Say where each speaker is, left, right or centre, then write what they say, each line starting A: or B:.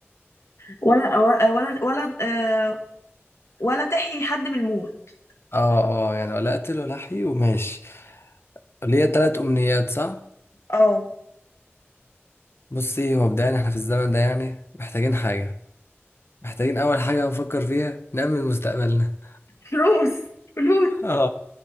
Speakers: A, on the left; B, on the left.
A: ولا ولا ولا, ولا آه، ولا تحيي حد من الموت
B: اه اه يعني ولا اقتل ولا احيي وماشي ليا تلات امنيات صح
A: اه
B: بصي هو مبدئيا احنا في الزمن ده يعني محتاجين حاجة محتاجين اول حاجة نفكر فيها نأمن مستقبلنا
A: فلوس فلوس
B: اه <laughs>